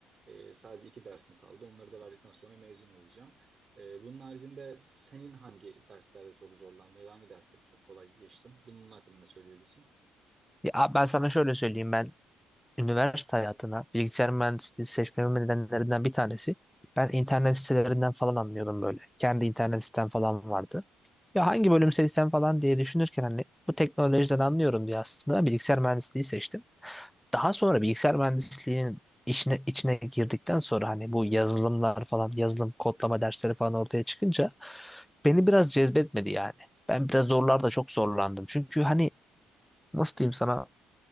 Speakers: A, on the right; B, in the centre.
A: E, sadece iki dersim kaldı. Onları da verdikten sonra mezun olacağım. E, bunun haricinde senin hangi derslerde çok zorlandın ya da hangi dersleri çok kolay geçtin? Bunun hakkında ne söyleyebilirsin?
B: Ya ben sana şöyle söyleyeyim ben üniversite hayatına bilgisayar mühendisliği seçmemin nedenlerinden bir tanesi. Ben internet sitelerinden falan anlıyordum böyle. Kendi internet sitem falan vardı. Ya hangi bölüm seçsem falan diye düşünürken hani bu teknolojiden anlıyorum diye aslında bilgisayar mühendisliği seçtim. Daha sonra bilgisayar mühendisliğinin işine, içine girdikten sonra hani bu yazılımlar falan yazılım kodlama dersleri falan ortaya çıkınca beni biraz cezbetmedi yani. Ben biraz zorlarda çok zorlandım. Çünkü hani nasıl diyeyim sana